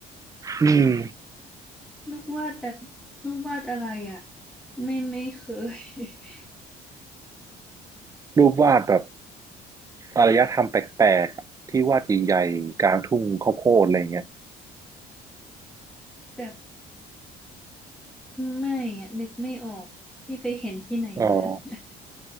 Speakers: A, on the right; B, in the centre.
A: อืม
B: ลูกวาดแบบลูกวาดอะไรอ่ะไม่ไม่เคย <laughs>
A: รูปวาดแบบอารยธรรมแปลกๆอะที่วาดใหญ่ๆกลางทุ่งข้าวโพดอะไรอย่างเงี้ย
B: แบบไม่อ่ะนึกไม่ออกพี่ไปเห็นที่ไหนมา
A: อ๋อ
B: <laughs>